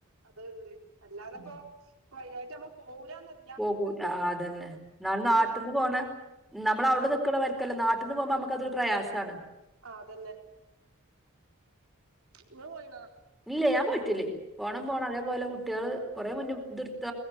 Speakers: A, on the right; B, in the centre.
A: അത <unintelligible> അല്ലാതപ്പോ
B: ഉം.
A: പ്പൊ ഐനായിട്ട് നമ്മ പോവൂലാ <unintelligible>
B: പോകൂ ആ അതന്നെ നാൾ നാട്ടിൽന്ന്
A: നമ്മക്ക്
B: പോണ നമ്മള അവിടെ
A: ആഹ്
B: നിക്കണവർ ക്കല്ല നാട്ടിന്ന് പോമ്പ നമുക്കതൊര് പ്രയാസാണ്
A: ആഹ് അതന്നെ ങ്ങള് പൊയിനാ
B: ഇല്ലെ ഞാൻ പോയിട്ടില്ലേ പോണം പോണം അതേപോലെ കുട്ടികള് കൊറെ മുന്നുംഇതെടുത്ത